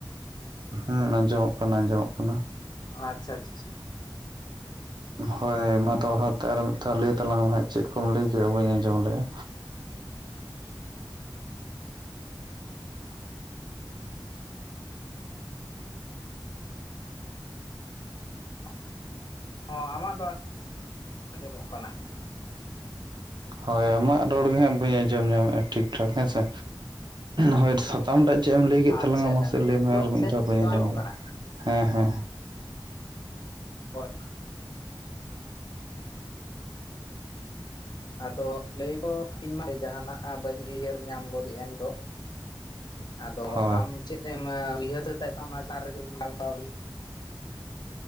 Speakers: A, on the right; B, on the left.
A: ᱦᱩᱸ ᱟᱸᱡᱚᱢᱚᱜ ᱠᱟᱱᱟ ᱟᱸᱡᱚᱢᱚᱜ ᱠᱟᱱᱟ᱾
B: ᱟᱪᱪᱷᱟ ᱟᱪᱪᱷᱟ ᱟᱪᱪᱷᱟ᱾
A: ᱦᱳᱭ ᱢᱟ ᱫᱚᱲᱦᱟ ᱛᱮ ᱟᱨ ᱢᱤᱫ ᱫᱷᱟᱣ ᱞᱟᱹᱭ ᱛᱟᱞᱟᱝ ᱢᱮ ᱦᱟᱸᱜ ᱪᱮᱫ ᱠᱚᱢ ᱞᱟᱹᱭ ᱠᱮᱜ-ᱟ ᱵᱟᱹᱧ ᱟᱸᱡᱚᱢ ᱞᱮᱜᱼᱟ᱾
B: <inaudible> <inaudible> ᱦᱚᱸ ᱟᱢᱟᱜ ᱫᱚ <inaudible> ᱟᱸᱡᱚᱢᱚᱜ ᱠᱟᱱᱟ ᱾
A: ᱦᱳᱭ ᱟᱢᱟᱜ ᱨᱚᱲ ᱜᱮ ᱦᱟᱸᱜ ᱵᱟᱹᱧ ᱟᱸᱡᱚᱢ ᱧᱟᱢᱮᱜᱼᱟ ᱴᱷᱤᱠ ᱴᱷᱟᱠ ᱦᱮᱸ ᱥᱮ, ᱦᱳᱭ ᱥᱟ ᱛᱟᱢ ᱴᱟᱜ ᱪᱮᱜ ᱮᱢ ᱞᱟᱹᱭ ᱠᱮᱫ
B: ᱟᱪᱪᱷᱟ
A: ᱛᱟᱞᱟᱝᱟ
B: ᱟᱪᱪᱷᱟ
A: ᱢᱟᱥᱮ
B: ᱱᱤᱛᱚᱜ
A: ᱞᱟᱹᱭ ᱢᱮ
B: ᱫᱚ
A: ᱟᱨ ᱢᱤᱫ
B: ᱥᱮ
A: ᱫᱷᱟᱣ ᱵᱟᱹᱧ ᱟᱸᱡᱚᱢ
B: ᱟᱸᱡᱚᱢᱚᱜ
A: ᱞᱮᱫᱼᱟ,
B: ᱠᱟᱱᱟ
A: ᱦᱮᱸ ᱦᱮᱸ ᱦᱮᱸ᱾
B: ᱦᱳᱭ ᱟᱫᱚ ᱞᱟᱹᱭ ᱫᱚ ᱤᱧ ᱢᱟ ᱡᱟᱦᱟᱸᱱᱟᱜ ᱵᱟᱹᱧ ᱩᱭᱦᱟᱹᱨ ᱧᱟᱢ ᱜᱚᱫᱮᱜᱼᱟ ᱱᱤᱛᱚᱜ,
A: <unintelligible>
B: ᱟᱫᱚ
A: ᱦᱳᱭ
B: ᱟᱢ ᱪᱮᱫ ᱮᱢ ᱩᱭᱦᱟᱹᱨ ᱥᱟᱹᱛ ᱟᱠᱟᱜᱼᱟ ᱚᱱᱟ ᱪᱮᱛᱟᱱ ᱨᱮᱜᱮ ᱜᱟᱞᱢᱟᱨᱟᱣ ᱦᱩᱭᱩᱜ